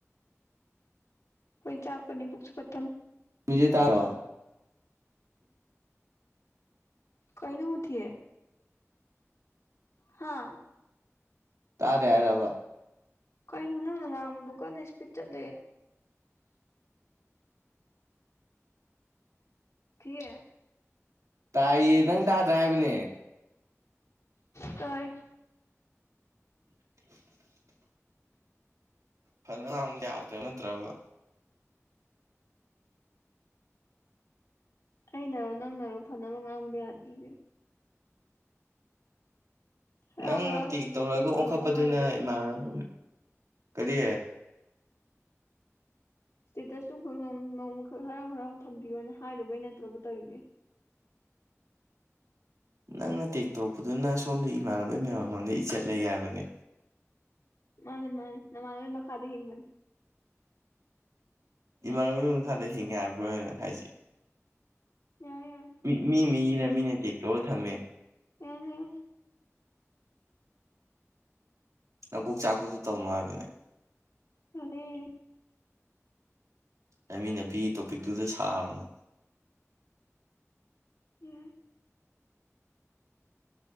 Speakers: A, on the left; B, on the right.
A: ꯑꯩꯈꯣꯏ ꯆꯥꯛꯄꯅꯦ ꯄꯨꯛꯁꯨ ꯄꯊꯝ
B: ꯃꯤꯖꯦ ꯇꯔꯣ
A: ꯀꯩꯅꯣ ꯃꯨꯊꯤ ꯍꯥꯥ
B: ꯇꯥꯗꯦ ꯍꯥꯏꯔꯕ꯫
A: ꯀꯩꯅꯣ ꯅꯪꯅ ꯉꯥꯡꯕꯗꯨ ꯀꯟꯅ ꯏꯁꯄꯤꯠ ꯆꯠꯂꯦ꯫ ꯊꯤ꯫
B: ꯇꯥꯏꯌꯦ ꯅꯪ ꯇꯥꯗ꯭ꯔ ꯍꯥꯏꯕꯅꯦ꯫
A: ꯇꯥꯏ꯫
B: <unintelligible> ꯐꯅ ꯉꯔꯥꯡ ꯑꯃꯨꯛ ꯌꯥꯗꯕ ꯅꯠꯇ꯭ꯔꯕ꯫
A: ꯑꯩꯅꯔꯣ ꯅꯪꯅꯔꯣ ꯐꯅꯕ ꯉꯥꯡꯕꯗ ꯌꯥꯗ꯭ꯔꯤꯁꯦ ꯍꯔꯥꯎ
B: ꯅꯪꯅ
A: ꯍꯔꯥꯎ
B: ꯇꯦꯛ
A: ꯏꯁꯇꯦꯇꯁ
B: ꯇꯧꯔꯛꯒ
A: ꯇꯨꯝ
B: ꯑꯣꯟꯈꯠꯄꯗꯨꯅ
A: ꯊꯝꯃꯣ ꯍꯥꯏꯔꯨꯕꯩ ꯅꯠꯇ꯭ꯔꯣ
B: ꯏꯃꯥꯟꯅꯕ
A: ꯅꯪꯅ
B: ꯀꯔꯤ꯫
A: ꯁ꯭ꯇꯦꯇꯁꯇꯣ ꯅꯣꯡꯃ ꯅꯣꯡꯃꯈꯛ ꯍꯔꯥꯎ ꯍꯔꯥꯎ ꯊꯝꯕꯤꯌꯣꯅ ꯍꯥꯏꯔꯨꯕꯩ ꯅꯠꯇ꯭ꯔꯣꯕ ꯇꯧꯔꯤꯖꯦ꯫
B: ꯅꯪꯅ ꯇꯦꯛ ꯇꯧꯔꯄꯗꯨꯅ ꯁꯣꯝꯗ ꯏꯃꯥꯟꯅꯕꯩ ꯃꯌꯥꯝ ꯃꯥꯡꯗ ꯏꯖꯠ ꯂꯩ ꯍꯥꯏꯕꯅꯦ꯫
A: ꯃꯥꯅꯦ ꯃꯥꯅꯦ ꯅꯃꯥꯟꯅꯕ ꯃꯈꯥꯗ ꯍꯤꯡꯕꯅꯦ
B: ꯏꯃꯥꯟꯅꯕꯒꯤ ꯃꯈꯥꯗ ꯍꯤꯡꯒꯦ ꯍꯥꯏꯕ꯭ꯔꯣ ꯑꯩ ꯍꯥꯏꯁꯤ꯫
A: ꯌꯥ
B: ꯃꯤ ꯃꯤ ꯃꯤꯒꯤ ꯃꯤꯅ ꯇꯦꯛꯇꯧꯑ ꯊꯝꯃꯦ
A: ꯑ
B: ꯅꯀꯣꯛ ꯆꯥꯛꯄꯗꯨꯣ ꯇꯧꯅꯣ ꯍꯥꯏꯕꯅꯦ꯫
A: ꯍꯥꯅꯦ
B: ꯅꯕꯤꯅꯄꯤꯒꯤ <inaudible> ꯇꯣꯄꯤꯛꯇꯨꯗ ꯁꯥꯔꯨꯅꯨ
A: ꯌꯥꯏ